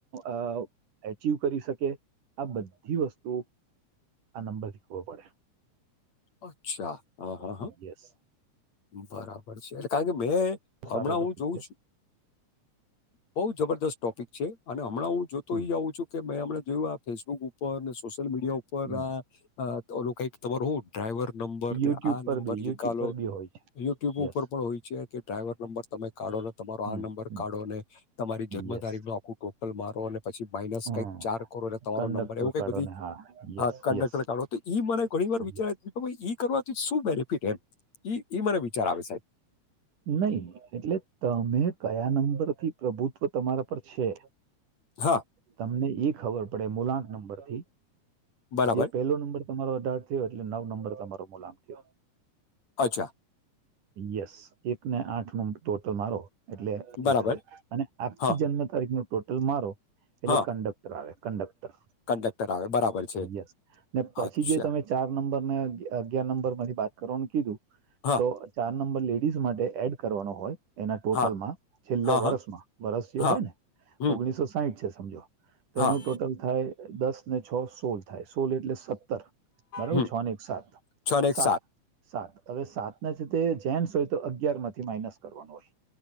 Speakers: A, on the right; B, on the left.
A: અ એચિવ કરી શકે આ બધી વસ્તુઓ આ નંબરથી શી ખવો પડે.
B: અચ્છા હા હા
A: પડે
B: હા
A: યસ
B: બરાબર. મળ એટલે કારણ કે મેં હમણાં
A: સારો ટોપિક
B: હું જોઉં
A: છે
B: છું. બોવ જબરદસ્ત ટોપિક છે અને હમણાં હું જોતો
A: હમ
B: ઈ આંઉ છું. કે મેં હમણે જોયું આ ફેસબુક ઉપર ને સોશિયલ મીડિયા ઉપર
A: હમ
B: આ કઈક ખબર હોવ ડ્રાઈવર નંબરને
A: યુટ્યુબ
B: આ
A: પર
B: નંબર
A: બી
B: લીખાલો
A: યુટ્યુબ પર બી હોય છે
B: યુટ્યુબ
A: યસ
B: ઉપર પણ હોય છે કે ડ્રાઈવર નંબર તમે કાઢો ને તમારો
A: હમ
B: આ નંબર
A: હમ
B: કાઢોને તમારી જન્મ
A: યસ
B: તારીખનો આખું ટોટલ મારો અને પછી માઇનસ
A: હમ
B: કઈક ચાર કરો એટલે તમારો
A: કંડક્ટર
B: નંબર એવું કઈક
A: કાઢો
B: બધી
A: ને હા યસ
B: કડક્ટર
A: યસ
B: કાઢો તો ઈ મને ઘણી વાર વિચાર.
A: યસ.
B: તો ભ કરવાથી શું બેનિફિટ એમ મને વિચાર આવે સાહેબ.
A: નહી એટલે તમે કયા નંબરથી પ્રભુત્વ તમારા પર છે.
B: હા..
A: તમને ઈ ખબર પડે મુલાંક નંબરથી
B: બરાબર
A: જે પેલો નંબર. તમારો અઢાર થયો એટલે નવ નંબર તમારો મુલામ થયો.
B: અચ્છા.
A: યસ એક ને આઠ નું ટોટલ મારો. એટલે
B: બરાબર
A: એ થ અને આખી
B: હા
A: જન્મ તારીખ ન ટોટલ મારો એટલે
B: હા
A: કંડક. આવે કંડક્ટર
B: કંડક્ટર આવે બરાબર છે
A: યસ ને પછી
B: અચ્છા
A: જે તમે. ચાર નંબર ને અગિયાર નંબર માંથી વાત કરવાનું કીધું
B: હા
A: તો ચાર નંબર લેટ. દીસે માટે એડ કરવાનો હોય. એના ટોટલમાં
B: હા
A: છેલ્લા
B: હા
A: વર્ષમાં
B: હા
A: વર્ષ જે
B: હા
A: હોય ને
B: હમ
A: ઓગણીસો સાહીઠ છે સમજો. તો
B: હા
A: એનું ટોટલ થાય દસ ને છ સોળ. થાય સોળ એટલે સત્તર બરાબર
B: હમ
A: છ ને એક સાત
B: છ ને એક
A: સાત. સાત હવે સાત ના છે તે જેન્સ હોય તો અગિયાર માંથી માઇનસ કરવાનું હોય.